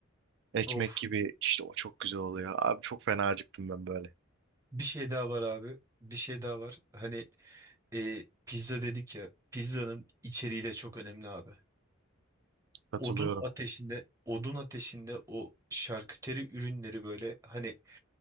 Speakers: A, on the right; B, on the right.
A: Ekmek
B: Of.
A: gibi işte o çok güzel oluyor. Abi çok fena acıktım ben böyle.
B: Bir şey daha var abi. Bir şey daha var. Hani e, pizza dedik ya. Pizzanın içeriği de çok önemli abi.
A: Katılıyorum.
B: odun ateşinde odun ateşinde o şarküteri ürünleri böyle hani